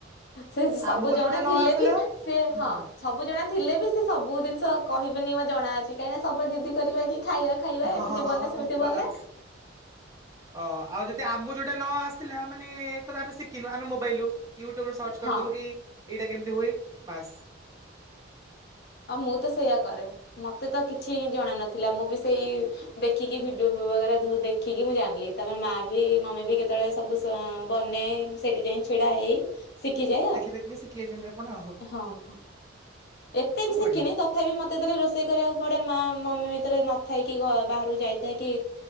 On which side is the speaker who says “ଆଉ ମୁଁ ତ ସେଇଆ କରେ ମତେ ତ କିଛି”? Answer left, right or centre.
Left